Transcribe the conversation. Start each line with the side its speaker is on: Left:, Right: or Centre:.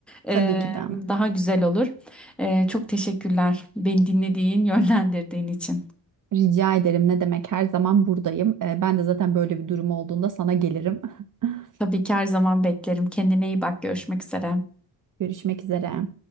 Centre: e,
Right: Tabii ki de.
Centre: daha güzel olur. E, çok teşekkürler beni dinlediğin, yönlendirdiğin için.
Right: Rica ederim ne demek her zaman buradayım. E, ben de zaten böyle bir durum olduğunda sana gelirim. <laughs>
Centre: Tabii ki her zaman beklerim. Kendine iyi bak. Görüşmek üzere.
Right: Görüşmek üzere.